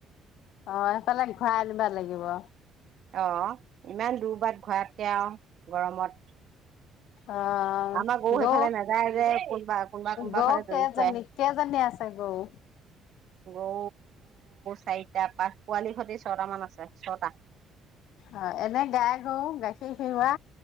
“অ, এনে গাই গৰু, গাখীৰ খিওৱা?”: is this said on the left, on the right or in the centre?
Left